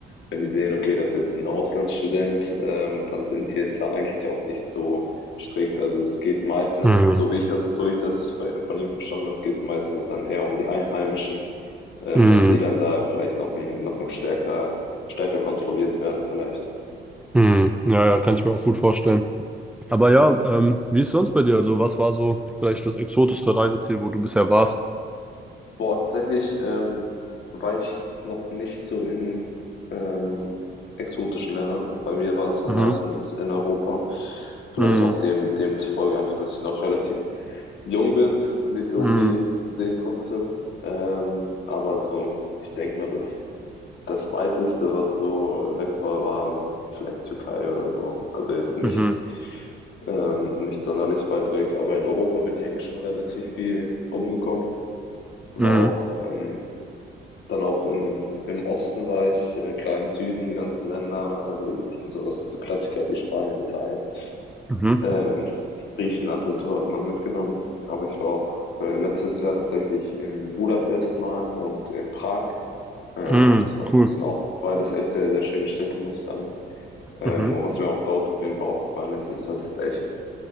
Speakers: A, on the left; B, in the centre.
A: wenn die sehen, okay, das ist jetzt ein Auslandsstudent, ähm, dann sind die jetzt da eigentlich auch nicht so strikt. Also es geht meistens,
B: Mhm.
A: so wie ich das, so wie ich das von ihm verstanden habe, geht es meistens dann eher um die Einheimischen, ähm,
B: Mhm.
A: dass die dann da vielleicht noch, ein- noch ein stärker, stärker kontrolliert werden, vielleicht.
B: Mhm. Ja, ja, kann ich mir auch gut vorstellen. Aber ja, ähm, wie ist sonst bei dir? Also, was war so vielleicht das exotischste Reiseziel, wo du bisher warst?
A: Boah, tatsächlich ähm, war ich noch nicht so in ähm, exotischen Ländern. Bei mir war es so
B: Mhm.
A: meistens in Europa. Vielleicht
B: Mhm.
A: auch dem, dem zufolge einfach, dass ich noch relativ jung bin und nicht so
B: Mhm.
A: viel sehen konnte. Ähm, aber so, ich denke mal, das, das Weiteste, was so weg war, war vielleicht Türkei oder so. Also jetzt nicht,
B: Mhm.
A: ähm, nicht sonderlich weit weg. Aber in Europa bin ich eigentlich schon relativ viel rumgekommen. War
B: Mhm.
A: auch, ähm, dann auch in, im Osten war ich, äh, klar im Süden, die ganzen Länder, also ich- sowas, so Klassiker wie Spanien, Italien,
B: Mhm.
A: ähm, Griechenland und so hat man mitgenommen. Aber ich war auch äh, letztes Jahr tatsächlich in Budapest mal und in Prag. Ähm,
B: Mhm.
A: das, war-
B: Cool.
A: das sind auch beides echt sehr, sehr schöne Städte, muss ich sagen. Ähm,
B: Mhm.
A: und was mir auch dort auf jeden Fall aufgefallen ist, ist, dass es echt